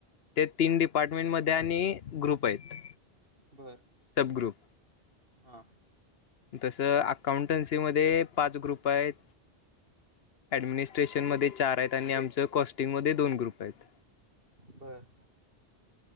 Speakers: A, on the left; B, on the right.
A: ते तीन डिपार्टमेंट मध्ये आणि ग्रुप आहेत.
B: बर
A: सब ग्रुप.
B: हा.
A: तसं अकाउंटन्सी मध्ये पाच ग्रुप आहेत ऍडमिनिस्ट्रेशन मध्ये चार आहेत आणि आमच कॉस्टिंग म दोन ग्रुप आहेत
B: बर.